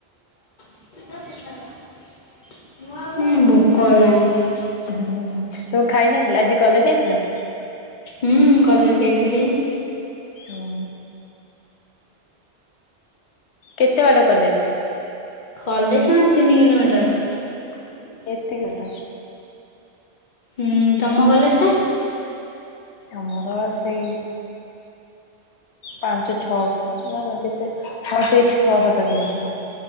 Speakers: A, on the left (about 45°); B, on the left (about 85°).
A: <unintelligible> ଆଉ <unintelligible> ଦେ ହୁଁ।
B: ହୁଁ ହୁଁ ତମ ଖାଇ ନଥିଲ ଆଜି କଲେଜ ଯାଇଥିଲ।
A: ହୁଁ କଲେଜ ଯାଇଥିଲି।
B: ଉଁ କେତେ ବାଟେ କଲେଜ।
A: କଲେଜ ମାନେ ତିନି କିଲୋମିଟର।
B: <unintelligible> ଏତିକତ।
A: ହୁଁ ତମ କଲେଜଟା।
B: ଆମର ସେଇ ପାଞ୍ଚ ଛଅ <unintelligible> କେତେ ହଁ ସେ ଛଅ ସାତ କିଲୋମିଟର।